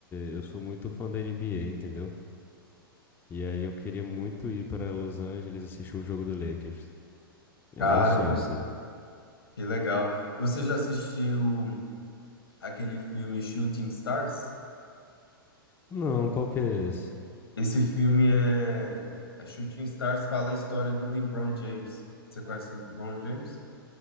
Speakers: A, on the left; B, on the left.
A: eu sou muito fã da NBA, entendeu? E aí eu queria muito ir para Los Angeles assistir o jogo do Lakers. É
B: Cara,
A: meu sonho,
B: que,
A: assim.
B: que legal. Você já assistiu aquele filme Shooting Stars?
A: Não, qual que é esse?
B: Esse filme é, é Shooting Stars, fala a história do LeBron James. Você conhece o LeBron James?